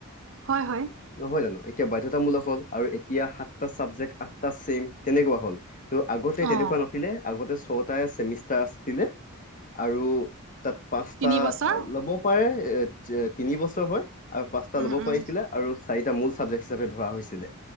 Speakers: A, on the right; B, on the left.
A: হয় হয়
B: নহয় জানো? এতিয়া বাধ্যতামূলক হ'ল, আৰু এতিয়া সাতটা ছাবজেক্ট আঠটা চছেম তেনেকুৱা হ'ল। ত' আগতে তেনেকুৱা
A: অ
B: নাছিলে, আগতে ছটাই চেমিষ্টাৰ আছিলে আৰু তাত পাঁচটা
A: তিনি বছৰ
B: ল'ব পাৰে, এ তিনি বছৰ হয় আৰু পাঁচটা ল'ব
A: উম উম
B: পাৰিছিলে, আৰু চাৰিটা মূল চাবজেক্ট হিচাপে ধৰা হৈছিলে।